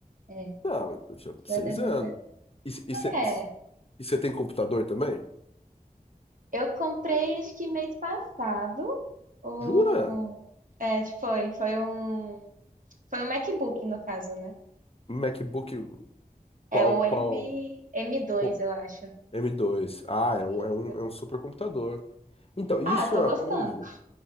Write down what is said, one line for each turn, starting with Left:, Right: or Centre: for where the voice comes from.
Right: É,
Left: Não, eu tinha
Right: já
Left: seis
Right: desde-
Left: anos. E e você
Right: é,
Left: e você tem computador também?
Right: eu comprei acho que mês passado. O...
Left: Jura?
Right: É, foi, foi um, foi um MacBook no caso, né?
Left: MacBook, qual,
Right: É o M,
Left: qual,
Right: m dois,
Left: qual-
Right: eu acho.
Left: m dois? Ah, é
Right: Isso.
Left: um, é um, é um supercomputador. Então, isso
Right: Ah, tô
Left: é
Right: gostando.
Left: uma coisa.